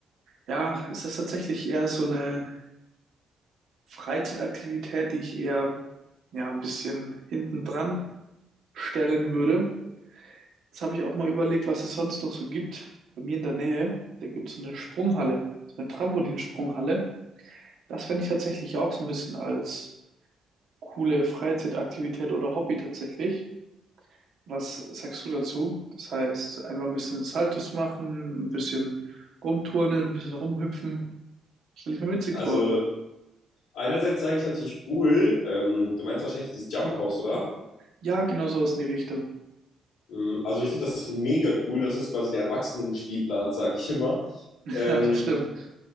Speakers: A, on the right (about 65°); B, on the left (about 85°).
A: ja, ist das tatsächlich eher so eine Freizeitaktivität, die ich eher ja ein bisschen hinten dran stellen würde. Jetzt habe ich auch mal überlegt, was es sonst noch so gibt. Bei mir in der Nähe, da gibt es so eine Sprunghalle, so eine Trampolinsprunghalle. Das fände ich tatsächlich auch so ein bisschen als coole Freizeitaktivität oder Hobby tatsächlich. Was sagst du dazu? Das heißt, einmal ein bisschen Saltos machen, ein bisschen rumturnen, ein bisschen rumhüpfen. Stelle ich mir witzig
B: Also
A: vor.
B: einerseits sage ich natürlich cool. Ähm, du meinst wahrscheinlich dieses Jump House, oder?
A: Ja, genau sowas in die Richtung.
B: Ähm, Also ich finde das mega cool. Das ist quasi der Erwachsenenspielplatz, sage ich immer.
A: <laughs>
B: Ähm,
A: Ja, das stimmt.